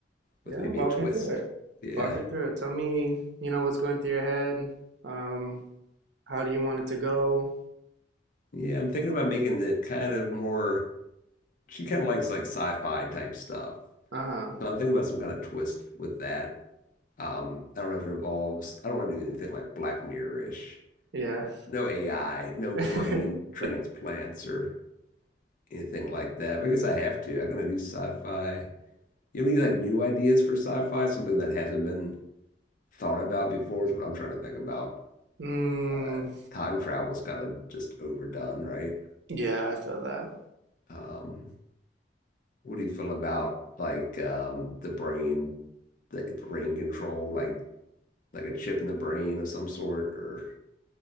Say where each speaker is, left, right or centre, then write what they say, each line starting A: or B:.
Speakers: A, on the left; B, on the right.
A: with
B: Yeah,
A: maybe
B: walk
A: a twist.
B: me through it.
A: Yeah.
B: Walk me through it. Tell me, you know, what's going through your head. Um, how do you want it to go?
A: Yeah, I'm thinking about making it kind of more, she kind of likes like sci-fi type stuff.
B: Uh-huh.
A: So I'm thinking about some kind of twist with that. Um, I don't know if it involves, I don't want to do anything like Black Mirror-ish.
B: Yeah.
A: No AI, no
B: <laughs>
A: brain transplants or anything like that. But I guess I have to. I'm gonna do sci-fi. You have any like new ideas for sci-fi? Something that hasn't been thought about before is what I'm trying to think about.
B: Mm,
A: Uh, time travel is kind of just overdone, right?
B: yeah, I feel that.
A: Um, what do you feel about like um, the brain, the brain control, like like a chip in the brain of some sort, or